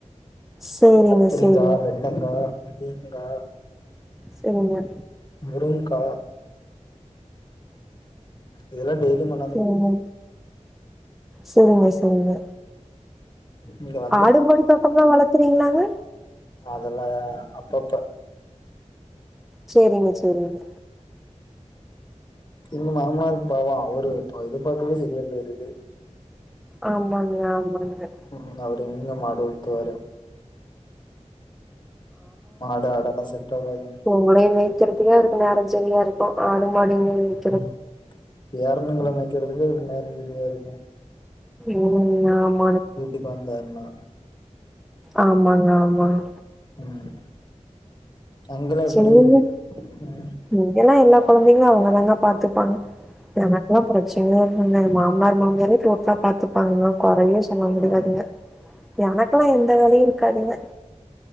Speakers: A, in the centre; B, on the left.
A: சேரிங்க
B: கத்திரிக்கா
A: சேரிங்க
B: வெண்டக்கா பீக்கங்கா
A: சரிங்க
B: முருங்க்கா இதெல்லா டெய்லியு கொண்
A: சரிங்க சரிங்க சரிங்க
B: இங்க வா
A: ஆடு மாடு பக்கம்லான் வளத்துறீங்களாங்க
B: அதல்லாம் அப்பப்ப
A: சேரிங்க சேரிங்க
B: எங்கு மாமனருக்கு பாவோ அவரு இதுபாக்கவே சரியா பேய்ருது
A: ஆமாங்க ஆமாங்க
B: ம் அவரு எங்கங்க மாடு உல்த்துவாரு ஆட ஆட செட் ஆகாது
A: உங்களைய மேய்க்கறதுக்கே அவதுக்கு நேரம் சரியா இருக்கும் ஆடு மாடுங் எங்க
B: ம் பேரன்னுங்களை மேக்கிறதுக்கு அவருக்கு நேரம் சரியா இருக்கும்
A: ம் ஆம்
B: வீட்டுக்கு வந்தாருன்னா
A: ஆமாங்க ஆமாங்க
B: ம் அங்கெல்லா
A: சேரிங்க
B: எப்டி? ம்
A: இங்கெல்லாம் எல்லா குழந்தைங்களும் அவங்கதாங்க பாத்துப்பாங்க எனக்கெல்லாம் பிரச்சனையே இல்லைங்க மாமனார் மாமியாரே பொருப்பா பாத்துப்பாங்க குறையே சொல்ல முடியாதுங்க
B: ஆ
A: எனக்கெல்லா எந்த வேலையும் இருக்காதுங்க